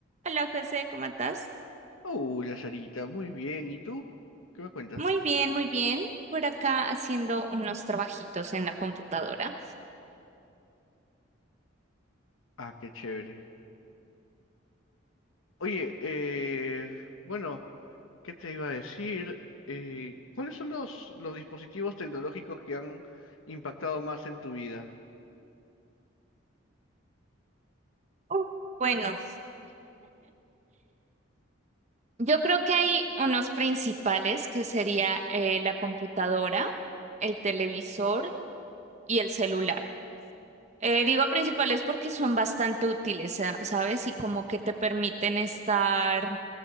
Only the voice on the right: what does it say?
Hola José, ¿cómo estás?
Muy bien, muy bien. Por acá haciendo unos trabajitos en la computadora.
Uh, Bueno, yo creo que hay unos principales que sería eh, la computadora, el televisor y el celular. Eh, digo principales porque son bastante útiles, sa- ¿sabes? Y como que te permiten estar